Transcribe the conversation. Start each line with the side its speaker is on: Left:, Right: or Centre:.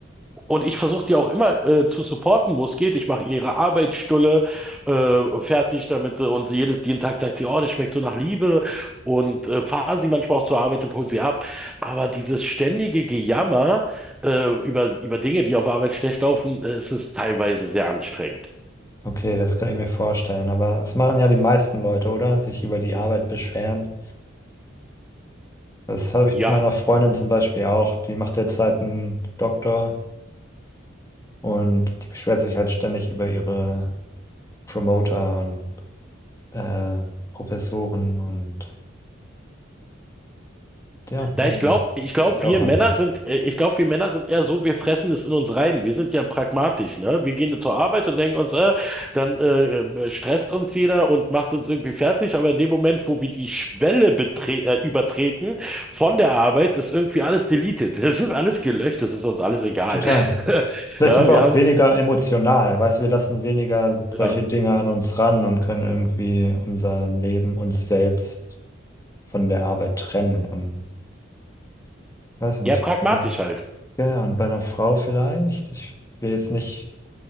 Centre: Und ich versuche die auch immer äh, zu supporten, wo es geht. Ich mache ihre Arbeitsstulle äh, fertig, damit äh, und sie jedes, jeden Tag sagt sie, oh, das schmeckt so nach Liebe und äh, fahre sie manchmal auch zur Arbeit und hole sie ab. Aber dieses ständige Gejammer äh, über, über Dinge, die auf Arbeit schlecht laufen, äh, es ist teilweise sehr anstrengend.
Left: Okay, das kann ich mir vorstellen. Aber das machen ja die meisten Leute, oder? Sich über die Arbeit beschweren. Das habe ich
Centre: Ja,
Left: bei meiner Freundin zum Beispiel auch. Die macht derzeit einen Doktor und die beschwert sich halt ständig über ihre Promoter und äh, Professoren und ja,
Centre: Na,
Left: weiß
Centre: ich
Left: ich
Centre: glaube,
Left: nicht.
Centre: ich
Left: Das
Centre: glaube,
Left: wird mir
Centre: wir
Left: auch anhören.
Centre: Männer sind, äh, ich glaube, wir Männer sind eher so, wir fressen es in uns rein. Wir sind ja pragmatisch, ne? Wir gehen zur Arbeit und denken uns, äh, dann äh, äh, stresst uns jeder und macht uns irgendwie fertig. Aber in dem Moment, wo wir die Schwelle betre äh, übertreten von der Arbeit, ist irgendwie alles deleted. <laughs> Es ist alles gelöscht, es ist uns alles egal.
Left: Total.
Centre: <laughs>
Left: Vielleicht
Centre: Ja,
Left: sind wir
Centre: wir
Left: auch
Centre: haben,
Left: weniger emotional, weißt du, wir lassen weniger solche
Centre: ja,
Left: Dinge an uns ran und können irgendwie unser Leben, uns selbst von der Arbeit trennen. Und weiß ich nicht,
Centre: ja, pragmatisch
Left: bei einer,
Centre: halt.
Left: ja, ja, und bei einer Frau vielleicht. Ich will jetzt nicht,